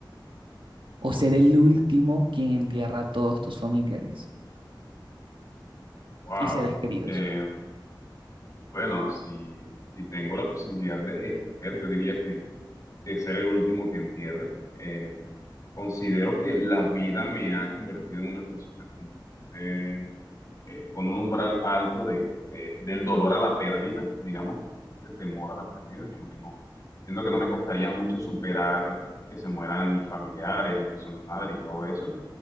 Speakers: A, on the right; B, on the left.
A: o ser el último quien entierra a todos tus familiares
B: Wow.
A: y seres queridos?
B: Eh, bueno, si, si tengo la posibilidad de escoger, yo diría que de ser el último que entierre. Eh, considero que la vida me ha convertido en una persona con, eh, eh, con un umbral alto de, de- del dolor a la pérdida, digamos, que es el temor a la pérdida, como que no, siento que no me costaría mucho superar que se mueran mis familiares, incluso mi madre y todo eso.